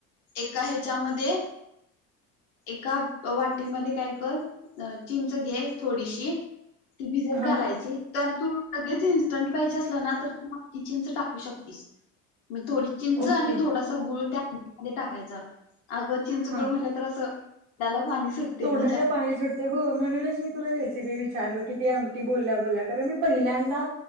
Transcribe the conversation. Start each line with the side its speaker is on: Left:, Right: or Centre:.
Left: एका ह्याच्यामध्ये. एका वाटीमध्ये काय कर अं चिंच घे. थोडीशी ती भिजत
Right: हा
Left: घालायची तर तू लगेच. इस्टंट पाहिजे असलं ना तर तू मग ती चिंच टाकू शकतीस. मग थोडी चिंच
Right: ओके
Left: आणि थोडासा गुळ त्या आमटीमध्ये टाकायच. अगं चिंच गुळ
Right: हा
Left: म्हटलं तर असं. त्याला पाणी सुटते
Right: तोंडाला
Left: माझ्या.
Right: पाणी सुटत हो म्हणूनच मी तुला रेसिपी विचारलो कि ती आमटी. बोलल्या बोलल्या आणि कारण मी पहिल्यांदा